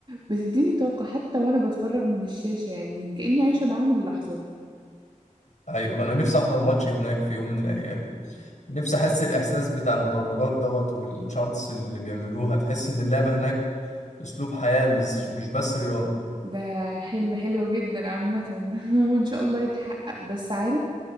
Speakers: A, on the right; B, on the left.
A: بتديني طاقة حتى وأنا بتفرج من الشاشة يعني كأني عايشة معاهم اللحظة
B: ايوه انا نفسي احضر ماتش هناك في يوم من الايام نفسي احس الاحساس بتاع المدرجات دوت والشانس اللي بيعملوها تحس ان اللعبه هناك اسلوب حياه مش مش بس رياضه
A: ده حلم حلو جدا عامة <laughs> وإن شاء الله يتحقق بس عارف